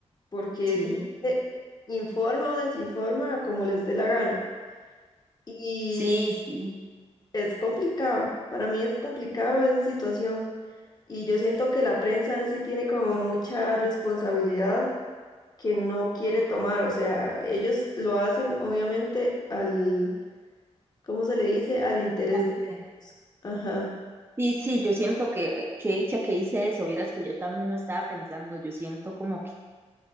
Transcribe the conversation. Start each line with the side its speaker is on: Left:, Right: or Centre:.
Left: porque
Right: Sí,
Left: esa gente informa o desinforma como les dé la gana. Y
Right: sí, sí,
Left: es complicado, para mí es complicado esa situación. Y yo siento que la prensa en sí tiene como mucha responsabilidad que no quiere tomar. O sea, ellos lo hacen obviamente al, ¿cómo se le dice? Al interés
Right: al
Left: de
Right: cien
Left: ellos. Ajá,
Right: Sí, sí, yo siento que, que dicha que hice eso, vieras que yo también lo estaba pensando, yo siento como que,